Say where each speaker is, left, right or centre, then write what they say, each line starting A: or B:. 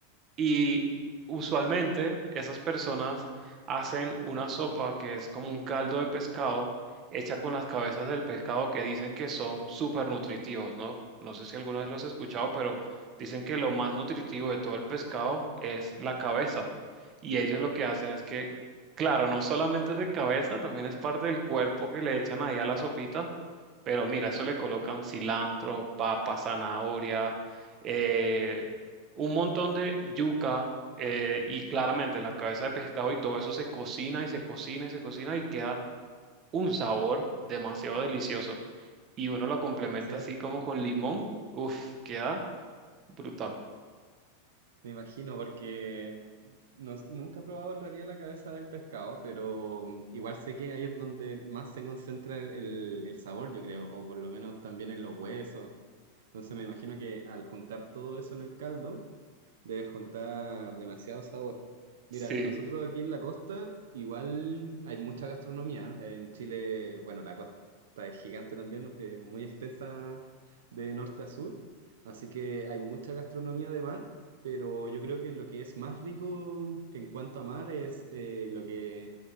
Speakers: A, on the right; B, on the right.
A: Y usualmente esas personas hacen una sopa que es como un caldo de pescado hecha con las cabezas del pescado que dicen que son súper nutritivos, ¿no? No sé si alguna vez los has escuchado, pero dicen que lo más nutritivo de todo el pescado es la cabeza. Y ellos lo que hacen es que, claro, no solamente es de cabeza, también es parte del cuerpo que le echan ahí a la sopita. Pero mira, eso le colocan cilantro, papa, zanahoria eh, un montón de yuca eh, y claramente la cabeza de pescado y todo eso se cocina y se cocina y se cocina y queda un sabor demasiado delicioso. Y uno lo complementa
B: Vale, o sea,
A: así como con limón, uff, queda brutal.
B: Me imagino, porque no- nunca he probado en realidad la cabeza del pescado, pero mm, igual sé que ahí es donde más se concentra el, el- el sabor, yo creo, o por lo menos también en los huesos. Entonces me imagino que al juntar todo eso en el caldo, Debes juntar demasiado sabor. Mira,
A: Sí,
B: nosotros aquí en la costa igual hay mucha gastronomía. En Chile, bueno, la costa es gigante también, eh, muy extensa de norte a sur. Así que hay mucha gastronomía de mar, pero yo creo que lo que es más rico en cuanto a mar es eh, lo que